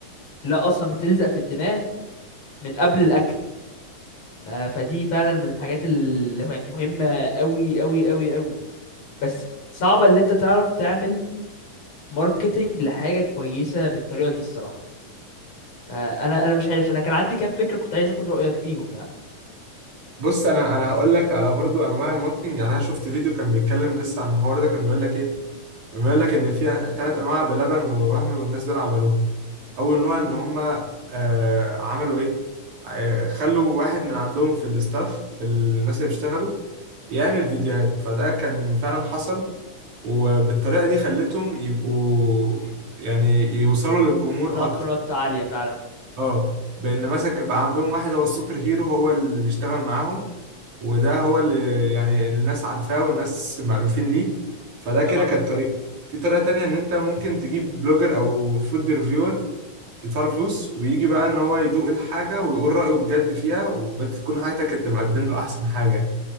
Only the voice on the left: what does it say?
لا اصلا بتلزق في الدماغ من قبل الاكل ف... فدي فعلا من الحاجات المهمة قوي قوي قوي قوي بس صعبة اللي انت تعرف تعمل ماركتينج لحاجة كويسة بالطريقة دي الصراحة فانا انا مش عارف انا كان عندي كام فكرة كنت عايز اخد رأيك فيهم يعني
امم
نط
نط عالية فعلا
مم.
آه،